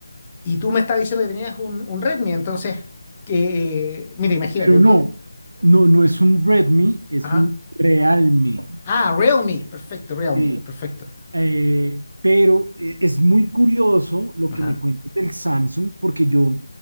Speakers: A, on the left; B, on the right.
A: y tú me estás diciendo que tenías un, un Redmi, entonces, que, eh, mira, imagínate,
B: Pero no,
A: tú.
B: no, no es un Redmi, es
A: Ajá.
B: un Realme.
A: Ah, Realme, perfecto, Realme,
B: Sí,
A: perfecto.
B: Eh, pero eh, es muy curioso lo
A: Ajá.
B: que me cuentas del Samsung, porque yo